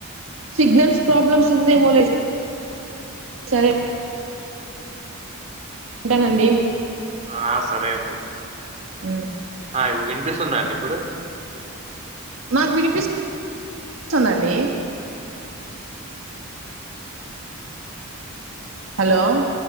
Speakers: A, on the right (about 65°); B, on the right (about 30°).
A: సిగ్నల్స్ ప్రాబ్లమ్స్ ఉందే మోలే సరే ఉంటానండి
B: ఆ సరే అండి
A: ఉ
B: ఆ ఇన్ వినిపిస్తుంద అండి ఇప్పుడు
A: మాకు వినిపిస్తుందండి హలో